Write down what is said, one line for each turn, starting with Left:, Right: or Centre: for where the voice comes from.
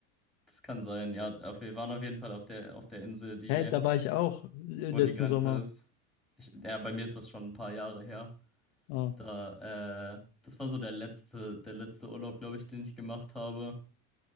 Centre: das kann sein. Ja, auf, wir waren auf jeden Fall auf der, auf der Insel, die,
Left: Hä, da war ich auch äh,
Centre: wo
Left: letzten
Centre: die Grenze
Left: Sommer.
Centre: ist. Ich, ja, bei mir ist das schon ein paar Jahre her.
Left: Ah.
Centre: Da, äh, das war so der letzte, der letzte Urlaub, glaube ich, den ich gemacht habe.